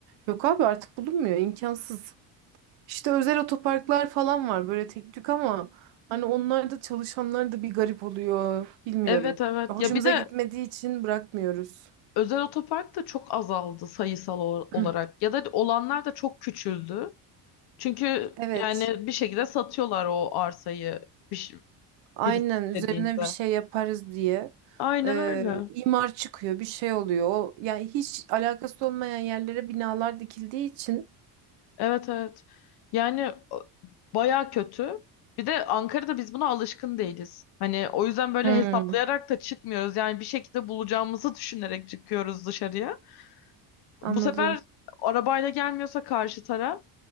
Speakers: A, on the right; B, on the left.
A: Yok abi artık bulunmuyor. imkansız. İşte özel otoparklar falan var böyle tek tük ama hani onlar da çalışanlar da bir garip oluyor. Bilmiyorum.
B: Evet evet.
A: Hoşumuza
B: Ya bir de
A: gitmediği için bırakmıyoruz.
B: özel otopark da çok azaldı sayısal o-
A: <clears throat>
B: olarak. Ya da olanlar da çok küçüldü. Çünkü
A: Evet.
B: yani bir şekilde satıyorlar o arsayı bir, ş-
A: Aynen
B: birisi istediğinde.
A: üzerine bir şey yaparız diye.
B: Aynen
A: Ee,
B: öyle.
A: imar çıkıyor, bir şey oluyor. O, yani hiç alakası olmayan yerlere binalar dikildiği için.
B: Evet evet. Yani o- bayağı kötü. Bir de Ankara'da biz buna alışkın değiliz. Hani o yüzden böyle
A: Hmm,
B: hesaplayarak da çıkmıyoruz. Yani bir şekilde bulacağımızı düşünerek çıkıyoruz dışarıya. Bu
A: anladım.
B: sefer arabayla gelmiyorsa karşı taraf